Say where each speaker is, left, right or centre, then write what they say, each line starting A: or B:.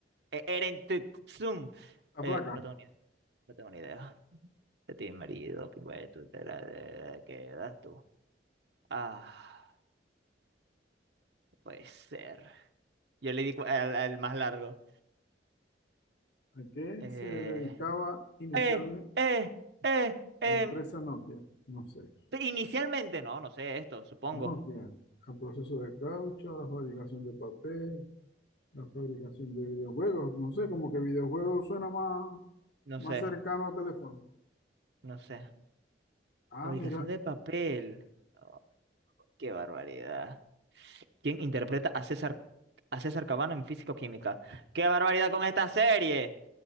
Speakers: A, on the right; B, on the left.
A: E- Erentetsun?
B: La
A: Eh,
B: flaca.
A: no tengo ni idea. No tengo ni idea. De ti, marido, pingüe, tú te la de- de- quedas tú. Ah, puede ser. Yo le di cu- al, al más largo.
B: ¿A qué
A: Eh,
B: se dedicaba inicialmente
A: eh, eh, eh, em,
B: la empresa Nokia? No sé.
A: Inicialmente, no, no sé esto, supongo.
B: Nokia, al proceso de caucho, a la fabricación de papel, la fabricación de videojuegos. No sé, como que videojuegos suena más,
A: No
B: más
A: sé,
B: cercano a teléfono.
A: no sé.
B: Ah,
A: Fabricación
B: mira,
A: de papel. Oh, qué barbaridad. ¿Quién interpreta a César, a César Cabano en Físico Química? ¡Qué barbaridad con esta serie!